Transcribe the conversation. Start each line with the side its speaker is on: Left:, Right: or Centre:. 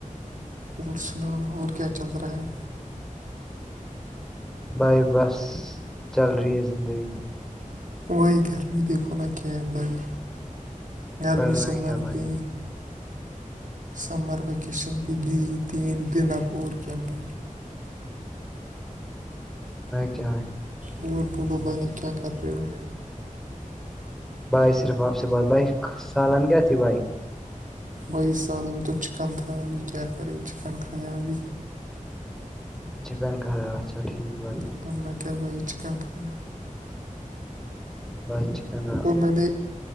Right: اور سناو اور کیا چل رہا ہے
Centre: بائی بس چل رہی ہے زندگی
Right: وہائی گرمی دیکھ نا کیب بائی گرمی
Centre: فرنا
Right: سے
Centre: کیا
Right: مر
Centre: بھائی
Right: کے سمر وییکیشن بھی دی تین دن اپ اور کیا بن
Centre: کیا
Right: اور بولو بھائی کیا کر رہے ہو
Centre: بھائی صرف آپ سے بات بھائی سالن کیا تھی بھائی
Right: بیس سالوں تو چکن تھاابی کیا کر چکن کابی
Centre: چکن کھیرا اچھا ٹھیک بھائی
Right: تو نہ کیا چکن فری
Centre: بہت چکن
Right: اور میں نے